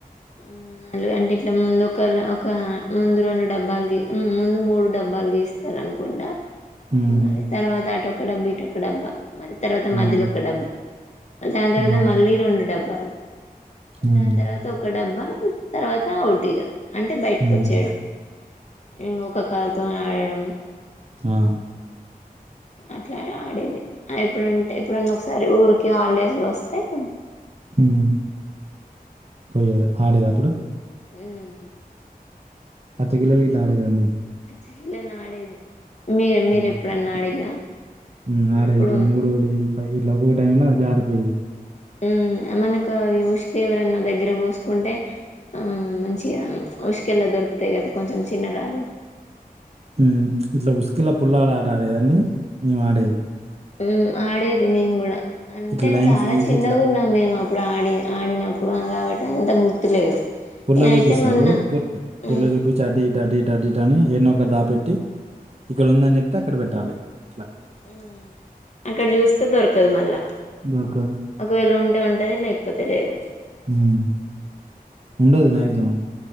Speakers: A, on the left; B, on the right.
A: ఉహ్మ్ నాలుగు అంటే ఇట్లా ముందు ఒక ఒక ముందు రెండు డబ్బాలు గీ ముందు మూడు డబ్బాలు గీస్తారనుకుంటా.
B: హ్మ్.
A: మళ్లీ తర్వాత ఆటోక్ క్కడబ్బా ఇట్ ఒక్కడబ్బ మళ్ళీ తర్వాత
B: హ్మ్.
A: మధ్యలో ఒక డబ్బా. దాని తర్వాత
B: హ్మ్.
A: మళ్ళీ రెండు డబ్బాలు.
B: హ్మ్.
A: దానితర్వాత ఒక్ ఒక డబ్బా తర్వాత ఆవుటిగా అంటే బయటికి
B: హ్మ్.
A: వచ్చేయడం. ఇంగా ఒక కాల్తో ఆడడం.
B: ఆహ్
A: అట్లానే ఆడేది. ఆహ్ ఎప్పుడంటే, ఎప్పుడున్న ఒకసారి ఊరికి హాలిడేస్ లో వస్తే. ఆహ్
B: ఉహ్మ్ పోయే ఆడేద అప్పుడు.
A: ఉహ్మ్
B: పచ్చ గిళ్ళల్ గిట్ల ఆడేదండి.
A: పచ్చగిళ్ళల్ ఆడేది మీరు మీరు
B: హు
A: ఎప్పుడన్నా ఆడిల్లా చిన్నప్పుడు
B: ఆడేది ఇట్లా మూడు <unintelligible> ఇట్లా ఒక్కొక్క టైమ్ ల జారిపోయిది
A: ఉ మనకు ఉష్ తే ఎవరన్నా దగ్గర పోసుకుంటే ఆ మంచిగా <unintelligible> ఎలా దొరుకుతాయి కదా కొంచెం చిన్నరాళ్లు
B: హు ఇట్లా ఇసుక లో పుల్లా ఆట ఆడేదాన్ని మేము ఆడేది
A: ఉ ఆడేది మేము కూడా అంటే
B: ఇట్లా లైన్స్
A: చాలా
B: గీసి
A: చిన్నగా
B: ఇట్లా
A: ఉన్నాం మేము అప్పు ఇప్పుడు ఆడి ఆడినప్పుడు కాబట్టి అంత గుర్తులేదు
B: పుల్ల జుబిస్తారు
A: అయితే మొన్న
B: పు పుల్ల
A: ఉమ్
B: జూబిచ్చి అటు ఇటు అటు ఇటు అని యన్నో ఒకనా దాపెట్టి ఇక్కడ ఉందని చెప్తే అక్కడ పెట్టాలి ఇట్లా
A: హు అక్కడ చూసి దొరకదు మల్ల
B: దొరకదు.
A: ఒకవేళ ఉండే ఉంటది లేకపోతే లేదు
B: హ్మ్. ఉండదు మాక్సిమం